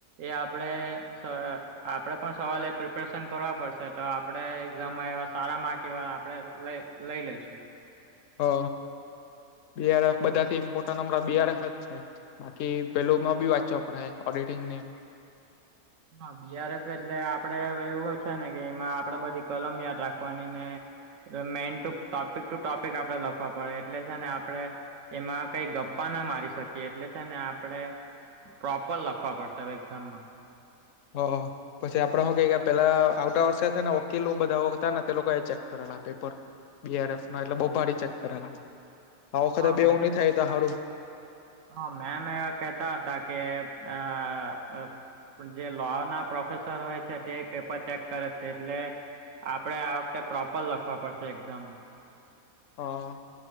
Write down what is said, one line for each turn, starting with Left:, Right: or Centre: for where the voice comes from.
Right: એ આપડે સ આપડે પણ સવાલે પ્રિપરેશન કરવા પડશે. તો તે આપડે એક્ઝામમાં એવા સારા માર્ક એવા આપડે લઈ લઈશું.
Left: હો બીઆરએફ બધાથી ઈમ્પોર્ટન્ટ હમણાં બીઆરએફ જ છે. બાકી પેલુમાં બી વાંચવા પડહે, ઓડિટિંગને.
Right: હા, બીઆરએફ એટલે આપડે એવું છે ને કે એમાં આપડે બધી કલમ યાદ રાખવાની ને હવે main two topic two topic આપડે લખવા પડે એટલે છે ને આપડે એમાં કઈ ગપ્પા ના મારી શકીએ એટલે છે ને આપડે પ્રોપર લખવા પડશે હવે એક્ઝામમાં.
Left: હો હો હો. પસી આપડે હુ કેય કે પેલા આવતા વર્ષે છે ને વકીલો બધા હતા ને, તે લોકો એ ચેક કરેલા પેપર. બીઆરફના એટલે બઉ ભારી ચેક કરેલા. આ વખતે
Right: હા
Left: બી
Right: મે
Left: એવુ ની થાય તો હારું.
Right: હા, મેમ એવા કેતા હતા કે આ અ પણ જે લો ના પ્રોફેસર હોય છે તે પેપર ચેક કરે છે એટલે આપડે આ વખતે પ્રોપર લખવા પડશે એક્ઝામમાં.
Left: હા.